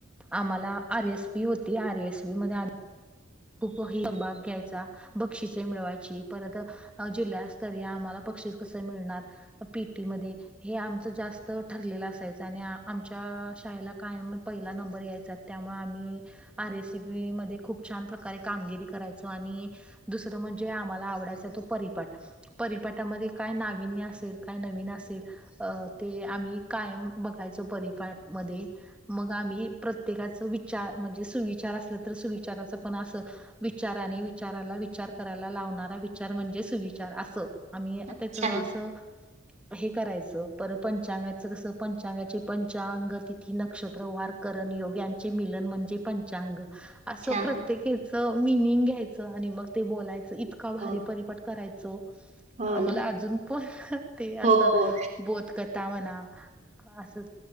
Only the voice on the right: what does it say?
अच्छा
अच्छा
हो.
हो
ना.
हो हो